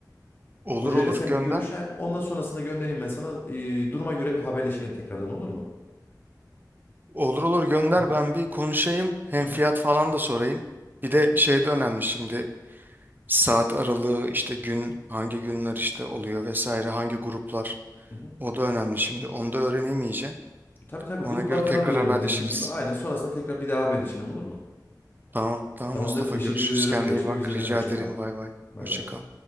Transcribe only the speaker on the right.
Olur
olur
gönder.
Olur olur gönder
ben bir konuşayım. Hem
fiyat falan da sorayım. Bir de
şey de önemli şimdi. Saat aralığı işte gün hangi günler işte oluyor vesaire hangi gruplar.
O da önemli şimdi. Onu da öğreneyim iyice.
Ona
göre tekrar
haberleşiriz.
Tamam. Tamam
Mustafa
görüşürüz.
Kendine
iyi bak.
Rica
ederim.
Bay bay.
Hoşça
kal.